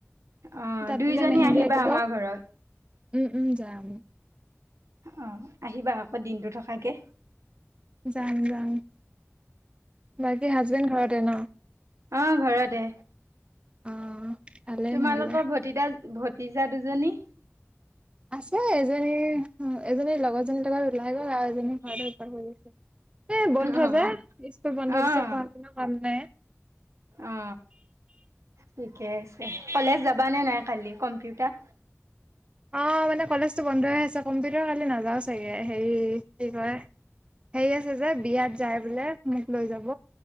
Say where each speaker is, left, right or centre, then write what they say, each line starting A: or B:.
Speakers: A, on the right; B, on the right.
A: অ
B: তাত
A: দুইজনী
B: বোলে মেহেন্দী
A: আহিবা
B: আঁকিব
A: আমাৰ ঘৰত
B: উম উম যাম
A: অ আহিবা আকৌ দিনটো থকাকে
B: যাম যাম বাকী হাজবেণ্ড ঘৰতে ন
A: অ ঘৰতে
B: অ ভালে
A: তোমালোক
B: নহলে
A: ভতিজা ভতিজা দুজনী
B: আছে এজনী, এজনীৰ লগৰজনী লগত ওলাই গ'ল আৰু এজনী ঘৰতে ওপাত কৰি গৈছে। এ বন্ধ
A: অ'
B: যায় স্কুল বন্ধ
A: অ'
B: দিছে পঢ়া শুনা ভাল নাই।
A: অ ঠিকে আছে কলেজ যাব নে নাই। খালি কম্পিউটাৰ।
B: অ, মানে কলেজটো বন্ধ হৈ আছে কম্পিউটাৰ খালি নাযাও চাগে হেৰি কি কয়। সেই আছে যে, বিয়াত যায় বোলে মোক লৈ যাব।